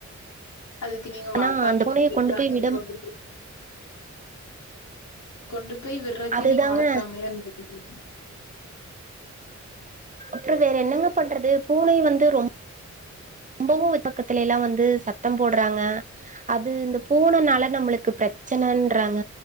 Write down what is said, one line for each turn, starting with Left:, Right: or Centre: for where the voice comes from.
Left: அதுக்கு நீங்க
Right: ஆனா
Left: வளர்த்தாமயே
Right: அந்த பூனைய
Left: இருந்துக்கலாங்க
Right: கொண்டு போய் விடம்
Left: கொண்டு போய் கொண்டு போய் விற்றதுக்கு
Right: அதுதாங்க
Left: நீங்க வளத்தாமையே இருந்திருக்கலா
Right: அப்றோ வேற என்னங்க பண்றது பூனை வந்து ரொம் ரொம்பவு பக்கத்தைலலா வந்து சத்தோ போற்றாங்க அது இந்த பூனனால நம்மளுக் பிரச்சனன்றாங்க